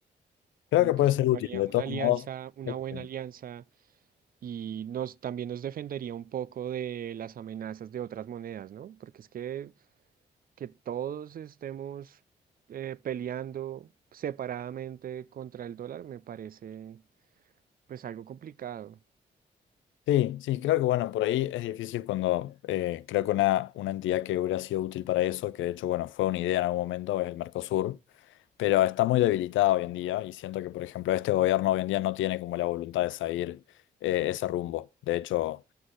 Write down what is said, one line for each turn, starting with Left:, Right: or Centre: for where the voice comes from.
Left: Creo
Right: como
Left: que puede
Right: que formaría
Left: ser útil, de
Right: una
Left: todos
Right: alianza,
Left: modos.
Right: una
Left: creo
Right: buena
Left: que-
Right: alianza y nos también nos defendería un poco de las amenazas de otras monedas, ¿no? Porque es que que todos estemos eh, peleando separadamente contra el dólar me parece pues algo complicado.
Left: Sí, sí, creo que bueno, por ahí es difícil cuando eh, creo que una, una entidad que hubiera sido útil para eso, que de hecho, bueno, fue una idea en algún momento, es el Mercosur, pero está muy debilitada hoy en día y siento que, por ejemplo, este gobierno hoy en día no tiene como la voluntad de seguir eh, ese rumbo. De hecho,